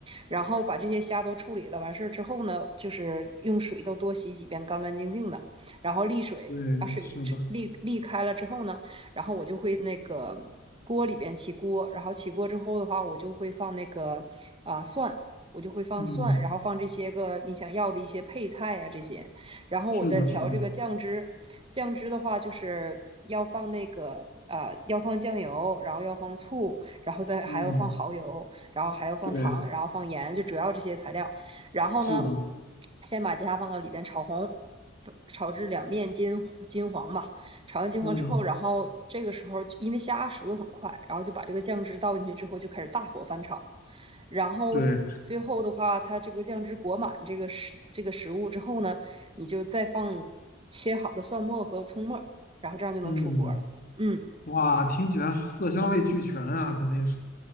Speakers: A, on the right; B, on the left.
A: 然后把这些虾都处理了，完事儿之后呢，就是用水都多洗几遍，干干净净的，然后沥水，
B: 对，
A: 把水沥沥开了之后呢，
B: 是的，
A: 然后我就会那个锅里边起锅，然后起锅之后的话，我就会放那个啊、蒜，我就会放蒜，
B: 嗯，
A: 然后放这些个你想要的一些配菜呀、这些。然后我再调这个酱汁。
B: 是的，是的，
A: 酱汁的话，就是要放那个啊呃要放酱油，然后要放醋，然后再还要放蚝油，
B: 嗯，
A: 然后还要放糖，
B: 对，
A: 然后放盐，就主要这些材料。然后呢，
B: 是的，
A: 先把鸡虾放到里边炒红，炒至两面金金黄吧。炒完金黄之后，
B: 嗯，
A: 然后这个时候因为虾熟的很快，然后就把这个酱汁倒进去之后，就开始大火翻炒。然后最后的话，
B: 对，
A: 它这个酱汁裹满这个食这个食物之后呢，你就再放切好的蒜末和葱末，然后这样就能出锅了。
B: 嗯。
A: 嗯，
B: 哇，听起来色香味俱全啊，肯定是，